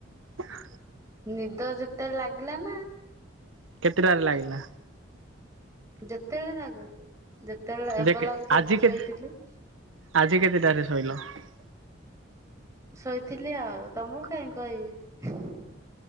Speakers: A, on the right; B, on the right.
A: ।
B: ନିଦ ଯେତେ ଲାଗିଲାନା ।
A: କେତେଟାରେ ଲାଗିଲା?
B: ଯେତେ ବେଳ ଲାଗୁ । ଯେତେବେଳେ ଏବେ
A: ଯେ
B: ଲାଗୁଛି
A: ଆଜି
B: ଏବେ
A: କେ
B: ଶୋଇଥିଲି ।
A: ଆଜି କେତେଟାରେ ଶୋଇଲ ।
B: ଶୋଇଥିଲି ଆଉ ତମକୁ କାହିଁ କହିବି ।